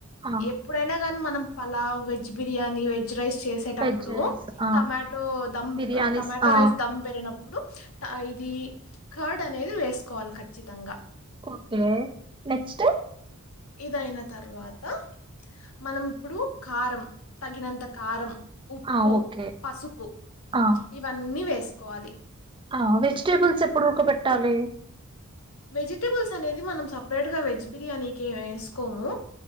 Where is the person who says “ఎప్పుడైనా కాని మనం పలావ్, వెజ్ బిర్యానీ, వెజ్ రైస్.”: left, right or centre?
Left